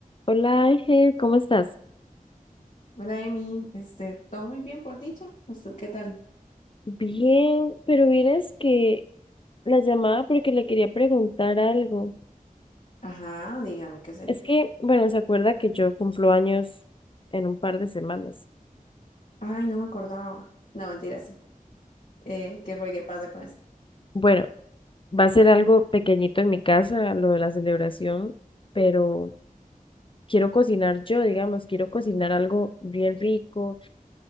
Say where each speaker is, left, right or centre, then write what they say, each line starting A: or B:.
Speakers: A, on the left; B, on the left.
A: Hola Ángel, ¿cómo estás?
B: Hola, Emi. Este, todo muy bien por dicha. ¿Usted qué tal?
A: Bien, pero vieras que la llamada porque le quería preguntar algo.
B: Ajá, dígame qué sería.
A: Es que, bueno, se acuerda que yo cumplo años en un par de semanas.
B: Ay, no me acordaba. No, mentira, sí. Eh, ¿qué fue? ¿Qué pasa con eso?
A: Bueno, va a ser algo pequeñito en mi casa, lo de la celebración, pero quiero cocinar yo, digamos, quiero cocinar algo bien rico,